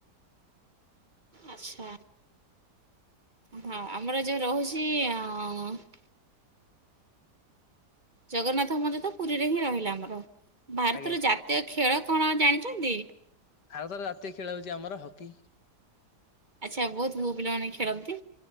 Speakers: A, on the right (about 30°); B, on the left (about 85°).
A: ଆଚ୍ଛା ହଁ ଆମର ଯୋଉ ରହୁଛି ଆଃ ଜଗନ୍ନାଥ ମନ୍ଦିର ତ ପୁରୀରେ ହିଁ ରହିଲା ଆମର ଭାରତର
B: ଆଜ୍ଞା
A: ଜାତୀୟ ଖେଳ କଣ ଜାଣିଛନ୍ତି।
B: ଭାରତର ଜାତୀୟ ଖେଳ ହେଉଛି ଆମର ହକି।
A: ଆଚ୍ଛା ବହୁତ ପୁଅ ପିଲାମାନେ ଖେଳନ୍ତି।